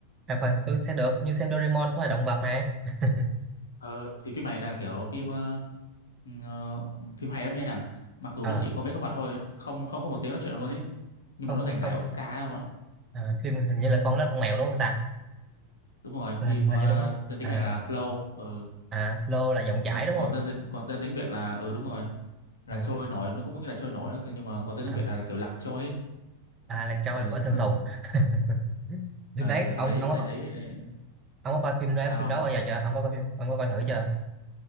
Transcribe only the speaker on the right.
hoạt hình tôi xem được như xem Doraemon cũng là động vật này <laughs>
Ờ,
không
không
không
à, phim hình như là con đó con mèo đúng không ta
Ừ,
hình như tôi có
à
à Flo là dòng chảy
đúng
không
à,
à,
à là Troy
của Sơn
Tùng <laughs> phim
đấy
ông
ông
có
ông có coi phim đó
phim đó
bao giờ chưa ông có coi phim ông có coi thử chưa